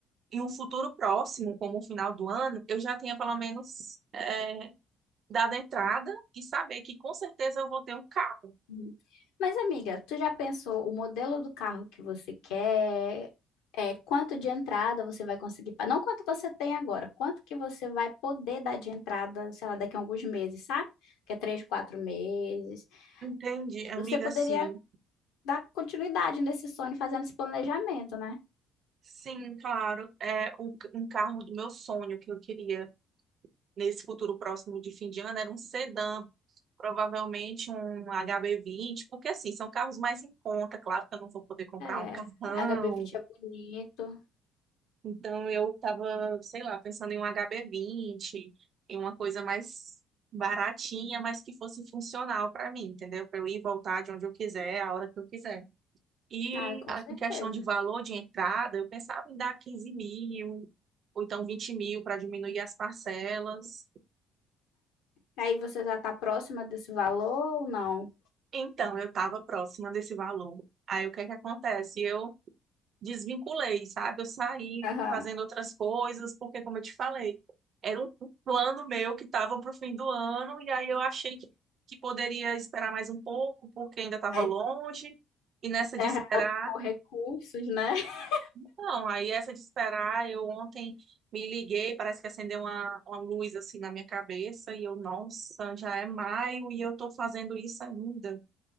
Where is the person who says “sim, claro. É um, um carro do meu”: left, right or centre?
Right